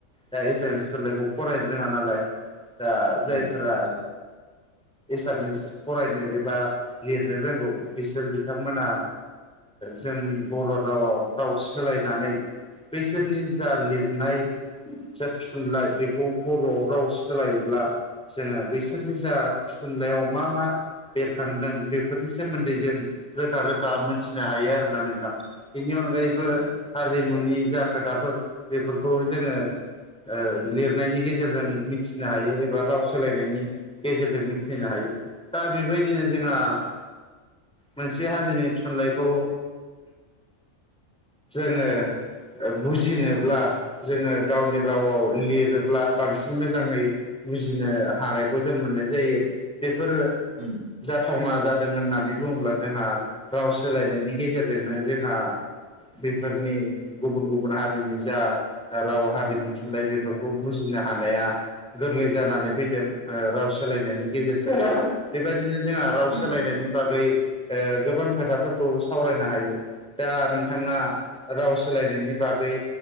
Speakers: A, in the centre; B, on the right (about 40°).
A: दा एसामिस सलाायखौ फरायनो रोंङा नालाय दा जायफोरा
B: उम
A: एसामिस फरायनो एबा लिरनो रोंगौ बिसोर बिथांमोना जोंनि बर' रावाव राव सोलायनानै बैसोरनि जा लिरनाय जा थुनलाइ बेखौ बर' राव सोलायोब्ला जोंङो बिसोरनि जा थुनलाइयाव मा मा बेरखांदों बेफोरनि सोमोन्दै जों रोखा रोखा मोनथिनो हायो आरोना नोंथां बेनि अनगायैबो
B: औ
A: हारिमुनि जा खोथाफोर बेफोरखौ जोंङो लिरनायनि गेजेरजों मिथिनो हायो एबा राव सोलायनायनि गेजेरजों मिथिहोनो हायो दा बेबायदिनो जोंहा
B: उम
A: मोनसे हारिनि थुनलाइखौ जोंङो बुजिनो जोंङो गावनि रावआव लिरोब्ला बांसिन मोजांङै बुजिनो हानायखौ जों मोननाय जायो बेफोरो
B: उम
A: जाथावना जादों होननानै बुंङोब्ला जोंहा राव सोलायनायनि गेजेरजोंनो जोंहा बेफोरनि गुबुन गुबुन हारिनि जा राव हारिमु थुनलाइ बेफोरखौ बुजिनो हानाया गोरलै जानानै फैदों राव सोलायनायनि गेजेरजों बेबायदिनो जोंहा राव
B: उम
A: सोलायनायनि बागै गोबां खोथाफोरखौ सावरायनो हायो दा नोंथाङा राव सोलायनायनि बागै